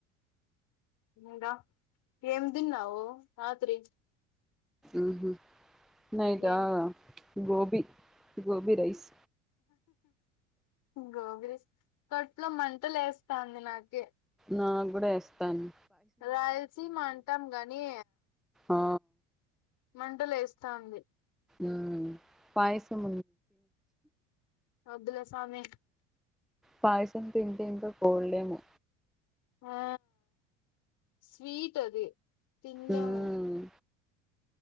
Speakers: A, on the left; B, in the centre.
A: ఇకా ఏమ్ తిన్నావు రాత్రి
B: ఆహ నైట్ా
A: ఏం
B: గోబి గోభీ రైస్
A: గోబి కడుపులో మంట వేస్తాంది నాక
B: నా కూడా ఇస్థాంది
A: రాయలసీమా అంటాం గానీ
B: ఆ
A: మంటలు లేస్తాంది
B: ఆ పయసం
A: కాద్దులే సామీ
B: పయసం తిడిేకా పోడలేము
A: ఆ స్వీట్ అది తినలేము
B: ఉమ్.